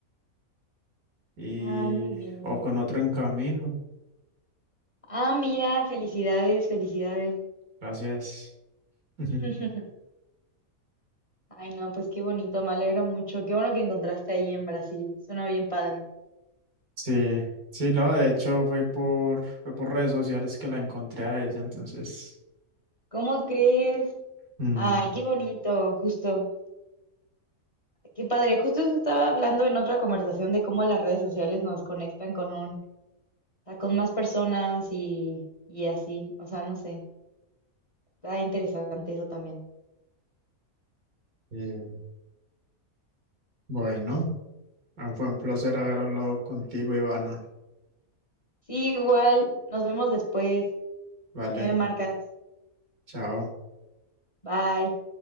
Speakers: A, on the right; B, on the left.
A: y
B: Ah, muy bien.
A: o con otro en camino,
B: Ah, mira, felicidades, felicidades.
A: gracias. <laughs>
B: <laughs>
A: Ujú.
B: Ay, no, pues qué bonito, me alegro mucho. Qué bueno que encontraste ahí en Brasil. Suena bien padre.
A: Sí, sí, no, de hecho fue por, fue por redes sociales que la encontré a ella, entonces,
B: ¿Cómo crees?
A: mm,
B: Ay, qué bonito, justo. Qué padre. Justo eso estaba hablando en otra conversación de cómo las redes sociales nos conectan con un, o sea, con más personas y, y así. O sea, no sé. Está interesante eso también.
A: eh, bueno, ah, fue un placer haber hablado contigo, Ivana.
B: Sí, igual. Nos vemos después.
A: Vale,
B: Ahí me marcas.
A: chao.
B: Bye.